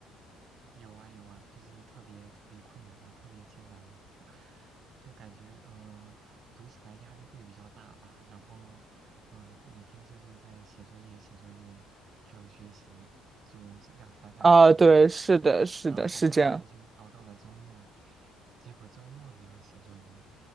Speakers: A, on the right; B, on the right.
A: 有啊有啊，就是特别特别困难啊，特别艰难啊，<laughs> 就感觉嗯、呃读起来压力会比较大吧。然后嗯、呃每天就是在写作业、写作业，还有学习，就这样反反复复的。
B: 啊，对，是的，是的，
A: 然后好不容易就熬到了周末，
B: 是这样
A: 结果周末也要写作业，